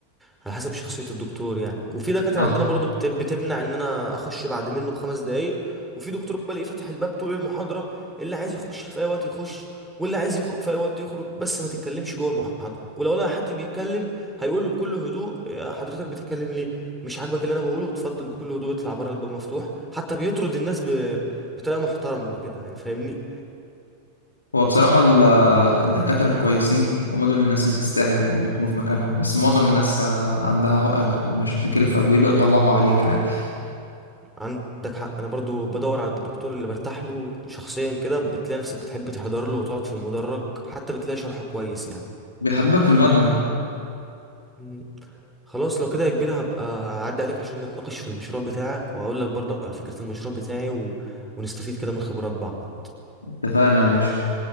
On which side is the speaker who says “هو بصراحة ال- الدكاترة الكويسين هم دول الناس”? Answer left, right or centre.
Left